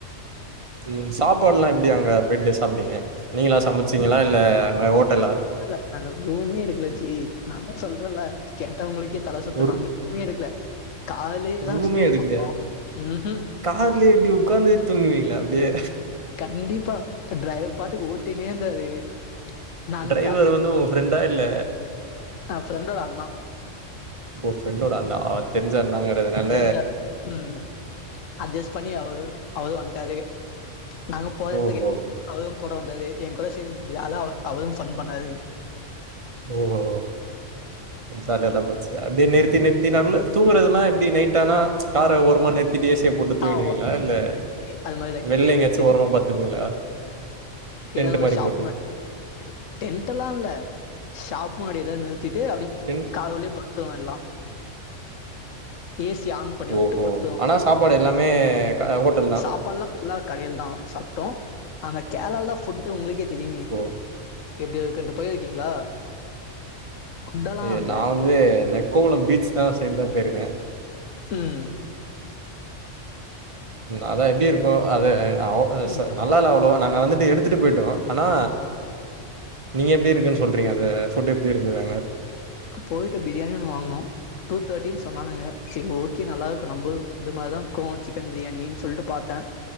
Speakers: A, on the right (about 35°); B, on the left (about 80°).
A: உம் சாப்பாடுலா எப்டி அங்க பிரட்டு சாப்டீங்க நீங்களா சமச்சீங்களா இல்ல அங்க ஹோட்டலா
B: ல்ல நாங்க ரூமே எடுக்கல ஜி நா தா சொல்றேன்ல கேட்டவுங்களுக்கே தல சுத்து
A: ஒரு
B: நாங்க ரூமே எடுக்ல கார்லேதா
A: ரூமே
B: சுத்திகிட்டு
A: எடுக்கலையா?
B: <unintelligible>
A: கார்லயே எப்டி உக்காந்தே தூங்குவிங்ளா அப்டியே
B: கண்டிப்பா டிரைவர் பாட்டுக்கு ஓட்டினே இருந்தாரு நாங்க
A: டிரைவர்
B: கார்
A: வந்து உங்க ஃப்ரெண்டா இல்ல
B: என் ஃப்ரெண்டோட அண்ணா.
A: ஒரு ஃப்ரெண்டோட அந்த ஆ தெரிஞ்ச அண்ணாங்கறதுனால
B: தெரிஞ்ச ம் அட்ஜஸ்ட் பண்ணி அவுகு அவது வன்ட்டாது நாங்க போகாத எடத்துக்கு
A: ஓஹோ!
B: அவது கூட வந்தாது ஏங்கூட செந்து ஜாலியா அவது ஃபன் பண்ணாது
A: ஓ ஓ ஓ
B: <inaudible>
A: ஜாலிய தா போச்சு அப்டியே நிறுத்தி நிறுத்தி நடுல தூங்கறதுலா எப்டி நைட்டானா கார ஓரமா நிறுத் திட்டு ஏ சி ய போட்டு தூங்கிடுவீங்ளா
B: ஆ
A: இல்ல
B: ஓகே. அது மாரி தான்.
A: வெள்ல
B: எங்கேயாவது
A: எங்கயாச்சு
B: சுத்திட்டு
A: ஓரமா படுத்துப்பீங்களா டென்ட்
B: எதா ஓ
A: மாரி
B: ஷாப்
A: போட்டு
B: முன்னாட் டென்டெல்லா இல்ல ஷாப் முன்னாடி எதா நிறுத்திட்டு அப்டியேப்
A: தெரு
B: கார்குள்ளயே படுத்துவோ எல்லா ஏ சிஅ ஆன் பண்ணி வுட்டு
A: ஓஹோ
B: படுத்துருவோ
A: ஆனா சாப்பாடு எல்லாமே க ஹோட்டல் தா
B: சாப்பாட்லா ஃபுல்லா கடையி தா சாப்ட்டோ அங்க கேர்ளா ல தா ஃபுட்டு உங்குளுக்கே தெரிமே
A: ஓ
B: எப்டி இருக்கண்டு போயிருக்கீங்களா ஃபுட்டெல்லாம்
A: ஐய
B: அங்க
A: நா வந்து நெக்கோவளம் பீச்தா சைட் தா போயிருக்கே
B: ம்
A: அத எப்டி இருக்கூ அத
B: ஃபுட்
A: சொ நல் நல்லா ல அவ்வளொவா நாங்க வந்துட்டு எடுத்துட்டு போயிட்டோ ஆனா நீங்க எப்டி இருக்குன் சொல்றீங்க அத ஃபுட் எப்டி இருந்துது அங்க
B: போயிட்டு பிரியாணின் ஒண்ணு வாங்குனோ டூ தேட்டின் சொன்னானுக செரி ஓகே நல்லா இருக்கு நம்ப இது மாரிதா இருக்கூ சிக் சிக்கன் பிரியாணின் சொல்ட்டு பாத்தே